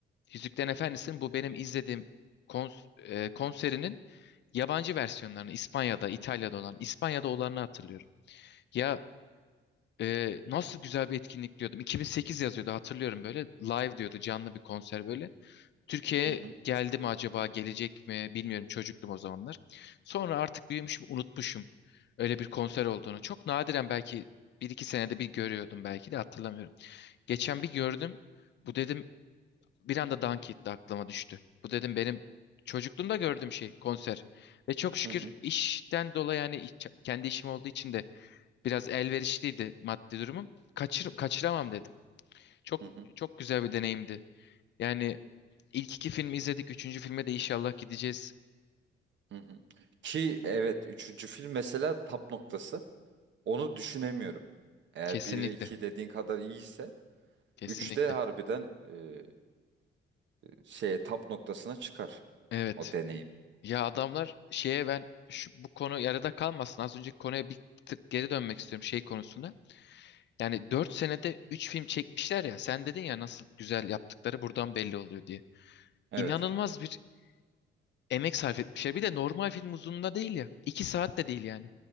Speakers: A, on the left; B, on the right.
A: Yüzüklerin Efendisi'nin bu benim izlediğim kons- e, konserinin yabancı versiyonlarını İspanya'da, İtalya'da olan, İspanya'da olanını hatırlıyorum. Ya e, nasıl güzel bir etkinlik diyordum. 2008 yazıyordu hatırlıyorum böyle. Live diyordu canlı bir konser böyle. Türkiye'ye
B: Hı hı.
A: geldi mi acaba gelecek mi bilmiyorum çocuktum o zamanlar. Sonra artık büyümüşüm unutmuşum öyle bir konser olduğunu. Çok nadiren belki bir iki senede bir görüyordum belki de hatırlamıyorum. Geçen bir gördüm. Bu dedim bir anda Dunk etti aklıma düştü. Bu dedim benim çocukluğumda gördüğüm şey konser. Ve çok şükür
B: Hı hı.
A: işten dolayı yani iç- kendi işim olduğu için de biraz elverişliydi maddi durumum. Kaçır, kaçıramam dedim. Çok
B: Hı hı.
A: çok güzel bir deneyimdi. Yani ilk iki filmi izledik. Üçüncü filme de inşallah gideceğiz.
B: Hı hı. Ki evet üçüncü film mesela tap noktası. Onu düşünemiyorum. Eğer
A: Kesinlikle.
B: bir ve 2 dediğin kadar iyiyse
A: Kesinlikle.
B: üçte harbiden e, şeye tap noktasına çıkar
A: Evet.
B: o deneyim.
A: Ya adamlar şeye ben şu, bu konu yarıda kalmasın. Az önceki konuya bir tık geri dönmek istiyorum şey konusunda. Yani 4 senede 3 film çekmişler ya. Sen dedin ya nasıl güzel yaptıkları buradan belli oluyor diye.
B: Evet.
A: İnanılmaz bir emek sarf etmişler. Bir de normal film uzunluğunda değil ya. 2 saat de değil yani.